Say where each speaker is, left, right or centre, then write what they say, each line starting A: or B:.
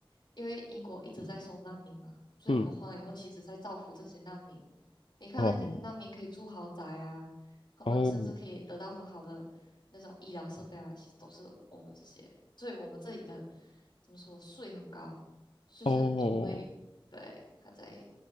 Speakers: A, on the left; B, on the left.
A: 因为英国一直在收难民嘛，所以我们还了以后，
B: 嗯。
A: 其实在造福这些难民。你看那些难民可以住豪宅啊，
B: 哦
A: 他们甚至可以得到很好的那种医疗设备啊，
B: 哦
A: 其实都是我们这些，所以我们这里的怎么说税很高。就是因为对，
B: 哦，
A: 他在，